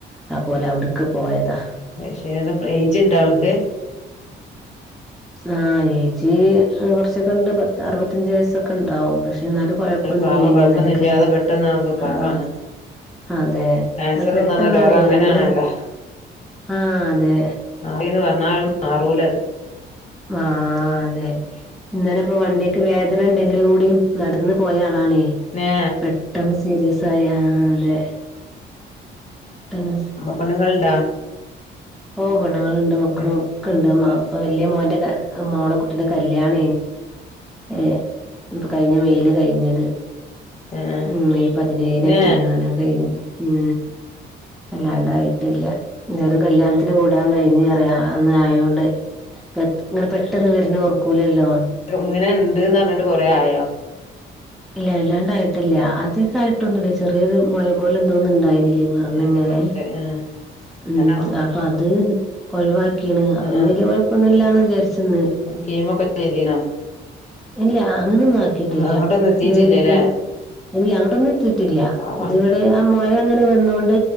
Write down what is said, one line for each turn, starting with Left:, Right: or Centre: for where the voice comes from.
Centre: അപ്പോ അവിടക്ക് പോയതാ
Left: പക്ഷേത് ഏജ്ണ്ടോആൾക്ക്
Centre: ഉം. ആ ഏജ് കുറച്ചൊക്കെ ഉണ്ട് പത്ത അറുപത്തഞ്ച് വയസ് ഒ ക്ക ഇണ്ടാവും പക്ഷെ എന്നാലും കൊഴപ്പൊന്നുല്ല
Left: പാവം
Centre: ഇനി
Left: കൊഴപ്പൊന്നുല്ലാതെ
Centre: ഇന്നലൊക്കെ
Left: പെട്ടെന്നാവുമ്പോ
Centre: ആഹ
Left: പാവാണ്
Centre: അതെ
Left: ക്യാൻസർ
Centre: അത് പെട്ടെന്നാണ
Left: എന്ന് പറഞ്ഞ രോഗം അങ്ങനെയാണല്ലോ
Centre: ഒന്നല്ലെ ആഹ അതെ
Left: മാറിന്ന് പറഞ്ഞാലും മാറൂലത്
Centre: ആ അതെ ഇന്നലെ ഇപ്പൊ വണ്ടിയക്ക് വേദന ഉണ്ടെങ്കിലു കൂടിയും നടന്ന പോയ ആളാണേെ
Left: ന്നെ
Centre: പെട്ടെന്ന് സീരിയസ് ആയിആ തെ പട്ടെന്ന്
Left: പണുങ്ങളുണ്ടാ
Centre: ഓ പെണ്ണ്ങ്ങളുണ്ട് മക്കളും
Left: ആഹ്
Centre: ഒക്കെ ഉണ്ട് ഇപ്പൊ വലിയ മോന്റെ മോളെ കുട്ടിയുടെ കല്യാണ ഏ. ഇപ്പൊ കഴിഞ്ഞ മെയില് കഴിഞ്ഞത്
Left: ആഹ്
Centre: ഉം മെയ് പതിനേഴി
Left: ന്നെ
Centre: നേറ്റായിരുന്നാലാ ഉ അല്ലാണ്ടായിട്ടില്ല ചെറ കല്യാണം ത്തിന് കൂടാൻ കഴിഞ്ഞഞ് അറിയ അന്ന് ആയോണ്ട് ഇങ്ങനെ പെട്ടെന്ന് വരുന്ന ഓർക്കൂലല്ലോ
Left: ഇങ്ങനെ ഉണ്ട്ന്ന് റഞ്ഞിട്ട് കൊറെേ ആയോ
Centre: ഇല്ല അല്ലാണ്ടായിട്ടില്ല അധികയിട്ടൊന്നുമില്ല ചെറിയരു മൊഴാ പോലെ എന്തോന്നും ഇണ്ടായിനി വണിങ്ങനെ
Left: ലിവറില് ആഹ്
Centre: ഉ
Left: അങ്ങനെ ആഹ്
Centre: അപ്പൊ അത് ഒഴിവാക്കിണ് അപ്പൊ ഇനിവ
Left: ആഹ്
Centre: ലിയ കുഴപ്പൊന്നുമില്ലാന്ന് വിചാരിച്ചന്ന്
Left: കീമൊക്കെ ചെയ്തി നോ
Centre: ഇല്ല അങ്ങനൊന്നും ആക്കിട്ടില്ല
Left: അങ്ങോട്ടൊന്നും എത്തിട്ടില്ലല്ലേ
Centre: വറ ഇല്ല അങ്ങോട്ടൊന്നും എത്തിട്ടില്ല
Left: പാവാണ്
Centre: ഇതി ഇവിടെ ആ മുഴ അങ്ങനെ വന്നൊണ്ട്